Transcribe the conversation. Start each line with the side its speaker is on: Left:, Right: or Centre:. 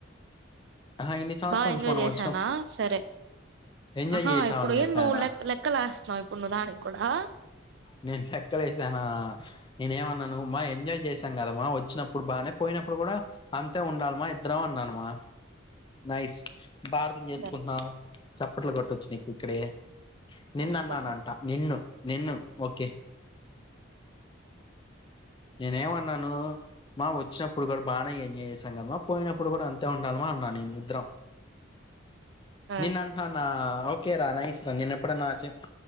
Left: ఆహా ఇన్ని సంవత్సరాల
Right: బాగా
Left: నుంచి
Right: ఎంజాయ్
Left: మనం
Right: చేసానా
Left: వచ్చిన
Right: సరే,
Left: ఎంజాయ్
Right: ఆహా
Left: చేసామని
Right: ఇప్పుడు
Left: చెప్పానా
Right: ఏ నువ్వు లెక్ లెక్కలు లేస్తున్నావా ఇప్పుడు నువ్వు దానికి కూడా
Left: నేన్ లెక్కలేసానా నేనే మన్నాను మా ఎంజాయ్ జేస్ తం కాదమ్మా వచ్చినప్పుడు బాగానే పోయినప్పుడు కూడా అంతే ఉండాలమ ఎ ద్రవన్ననుమా నైస్ బా అర్థం చేసుకుంటున్నావు
Right: సరే
Left: చప్పట్లు కొట్టొచ్చు నీకిక్కడే నిన్నన్నానంట
Right: కొట్టు
Left: నిన్ను నిన్ను ఓకే నేనేమన్నాను మా వచ్చినప్పుడు కూడా బానే ఎంజాయ్ చేసాం కదమా పోయినప్పుడు కూడా అంతే ఉండాల్ మా అన్నాను నేను ఇద్దరం
Right: సరే
Left: నిన్ అంటనాద ఓకే రా నైస్ రా నేను ఎప్పుడన్నా చెప్